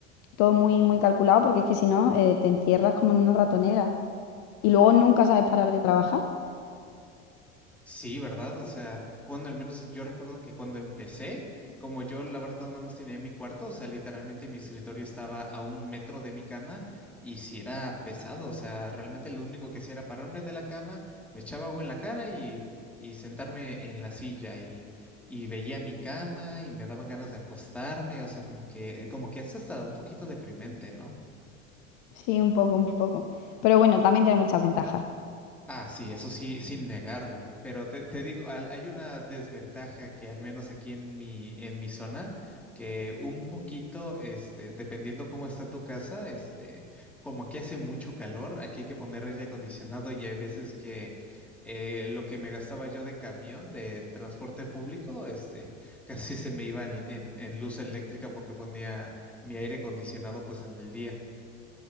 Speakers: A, on the left; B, in the centre.
A: todo muy, muy calculado, porque es que si no, eh, te encierras como en una ratonera. y luego nunca sabes parar de trabajar.
B: Sí, ¿verdad? O sea, bueno, al menos yo recuerdo que cuando empecé, como yo la verdad nada más tenía mi cuarto, o sea, literalmente mi escritorio estaba a un metro de mi cama y si era pesado, o sea, realmente lo único que hacía era pararme de la cama, me echaba agua en la cara y, y sentarme en la silla y, y veía mi cama y me daban ganas de acostarme, o sea, como que, como que es hasta un poquito deprimente, ¿no?
A: Sí, un poco, un poco. Pero bueno, también tiene muchas ventajas.
B: Ah, sí, eso sí, sin negarlo. Pero te, te digo, al- hay una desventaja que al menos aquí en mi, en mi zona, que un poquito, este, dependiendo cómo está tu casa, este, como aquí hace mucho calor, aquí hay que poner aire acondicionado y hay veces que eh, lo que me gastaba yo de camión, de transporte público, este, <laughs> casi se me iba en, en, en luz eléctrica porque ponía mi aire acondicionado pues en el día.